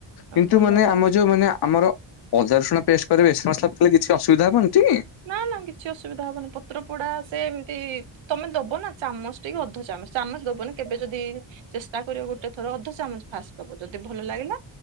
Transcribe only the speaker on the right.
ଭଲ
ନା ନା କିଛି ଅସୁବିଧା ହବନି ପତ୍ର ପୋଡା ସେ ଏମିତି ତମେ ଦବ ନା। ଚାମଚ ଟି କି ଅଧଚାମଚ ଚାମଚ ଦବନି କେବେ ଯଦି ଚେଷ୍ଟା କରିବ ଗୋଟେ ଥର ଅଧ ଚାମଚ ଫାଷ୍ଟ ଦବ ଯଦି ଭଲ ଲାଗିଲା